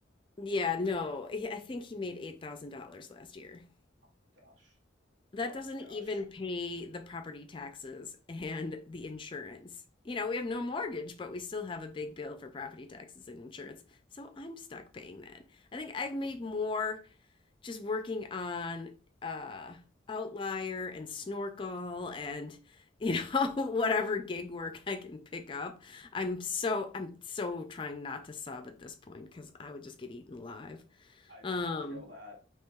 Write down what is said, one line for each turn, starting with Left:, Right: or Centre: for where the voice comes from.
Left: Yeah, no. he- I think he made $8,000 last year.
Right: Oh my gosh.
Left: That
Right: Oh
Left: doesn't
Right: my gosh.
Left: even pay the property taxes and the insurance. You know, we have no mortgage, but we still have a big bill for property taxes and insurance. So I'm stuck paying that. I think I've made more just working on uh Outlier and Snorkel and you know <laughs> whatever gig work I can pick up. I'm so I'm so trying not to sub at this point because I would just get eaten alive.
Right: I
Left: Um
Right: I feel that.